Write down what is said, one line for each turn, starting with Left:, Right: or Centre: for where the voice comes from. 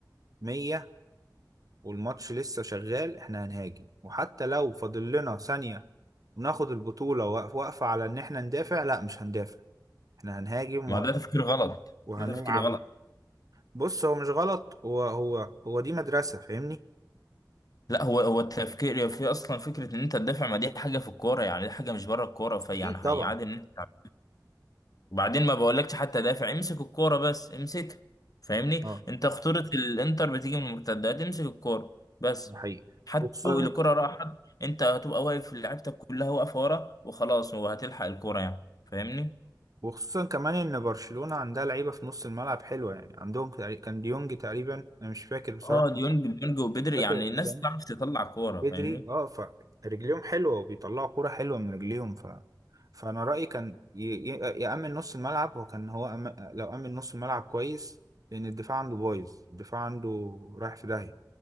Right: مية والماتش لسه شغال احنا هنهاجم وحتى لو فاضل لنا ثانية وناخد البطولة واق- واقفة على ان احنا ندافع لا مش هندافع احنا هنهاجم
Left: ما
Right: و-
Left: ده تفكير غلط
Right: وهنلعب
Left: ده تفكير غلط
Right: بص هو مش غلط هو هو هو دي مدرسة فاهمني
Left: لا هو هو التفكير في اصلا فكره ان انت تدافع ما دي حاجه في الكوره يعني دي حاجه مش بره الكوره فيعني
Right: اكيد
Left: هيعادل
Right: طبعا
Left: ان انت وبعدين ما بقولكش حتى دافع امسك الكوره بس امسك فاهمني
Right: اه
Left: انت خطوره الانتر بتيجي من المرتدات امسك الكوره بس
Right: ده حقيقي
Left: حتى
Right: وخصوصا
Left: لو الكوره راحت انت هتبقى واقف لعيبتك كلها واقفه ورا وخلاص وهتلحق الكوره يعني فاهمني
Right: وخصوصا كمان ان برشلونة عندها لعيبة في نص الملعب حلوة يعني عندهم تقري- كان ديونج تقريبا انا مش فاكر بصراحة
Left: اه ديونج ديونج وبدري
Right: مش فاكر
Left: يعني
Right: الاسامي
Left: الناس تعرف تطلع كوره
Right: وبدري
Left: فاهمني
Right: اه فرجليهم حلوة وبيطلعوا كورة حلوة من رجليهم ف فانا رأيي كان ي... ي... يأمن نص الملعب وكان هو أم... لو أمن نص الملعب كويس لان الدفاع عنده بايظ الدفاع عنده رايح في داهية